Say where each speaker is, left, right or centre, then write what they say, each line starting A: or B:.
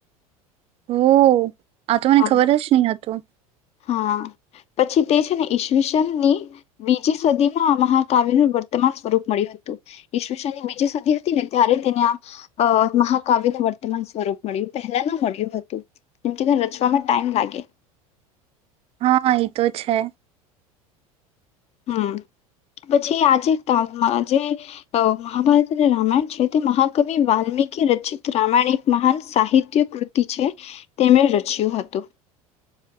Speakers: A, on the right (about 30°); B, on the left (about 35°).
A: ઓ આ તો મને
B: હા
A: ખબર જ નહી હતું.
B: હા પછી તે છે ને ઈસવીસન ની બીજી સદીમાં આ મહાકાવ્યનું વર્તમાન સ્વરૂપ મળ્યું હતું ઈસવીશનની બીજી સદી હતી ને ત્યારે તેને આ મહાકાવ્યનું વર્તમાન સ્વરૂપ મળ્યું પહેલાનું મળ્યું હતું જેમકે તેને રચવામાં ટાઈમ લાગે.
A: હા એ તો છે.
B: હમ પછી આજે જે મહાભારત અને રામાયણ છે તે મહાકવિ વાલ્મીકી રચિત રામાયણ એક મહાન સાહિત્ય કૃતિ છે તેમણે રચ્યું હતું.